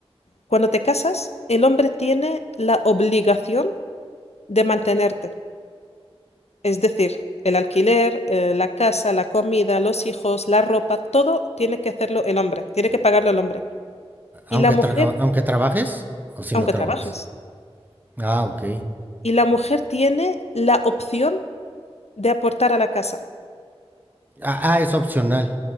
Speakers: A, on the left (about 80°); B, on the right (about 15°).
A: cuando te casas, el hombre tiene la obligación de mantenerte. Es decir, el alquiler, eh, la casa, la comida, los hijos, la ropa, todo tiene que hacerlo el hombre, tiene que pagarlo el hombre. Y
B: Aunque
A: la mujer,
B: tra- aunque trabajes o si
A: aunque
B: no trabajas.
A: trabajes,
B: Ah, ok.
A: y la mujer tiene la opción de aportar a la casa.
B: Ah, ah, es opcional.